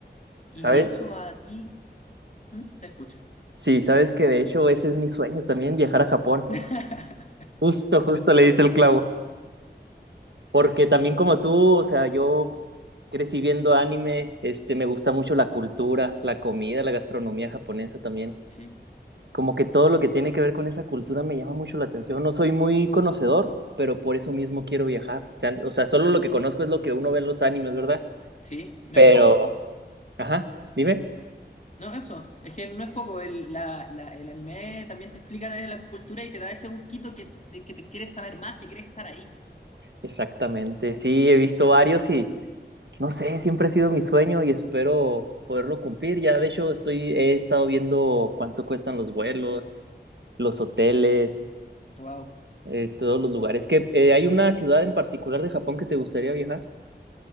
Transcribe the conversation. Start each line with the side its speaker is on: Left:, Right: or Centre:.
Left: Y
Right: ¿Sabes?
Left: eso a ti, ¿Mm? te escucho.
Right: Sí, sabes que de hecho ese es mi sueño también, viajar a Japón.
Left: <laughs>
Right: Justo, justo le diste el clavo. Porque también como tú, o sea, yo crecí viendo anime, este, me gusta mucho la cultura, la comida, la gastronomía japonesa también.
Left: Sí,
Right: Como que todo lo que tiene que ver con esa cultura me llama mucho la atención. No soy muy conocedor, pero por eso mismo quiero viajar. O sea, o sea, solo lo que conozco es lo que uno ve en los animes, ¿verdad?
Left: sí, y no
Right: Pero,
Left: es poco, tam-
Right: ajá, dime.
Left: No, eso, es que no es poco, el, la- la- el anime también te explica desde la cultura y te da ese gustito que, de que te quieres saber más, que quieres estar ahí.
Right: Exactamente. Sí, he visto varios y no sé, siempre ha sido mi sueño y espero poderlo cumplir. Ya, de hecho, estoy, he estado viendo cuánto cuestan los vuelos los hoteles,
Left: Wow.
Right: eh, todos los lugares. ¿Que eh, hay una ciudad en particular de Japón que te gustaría viajar?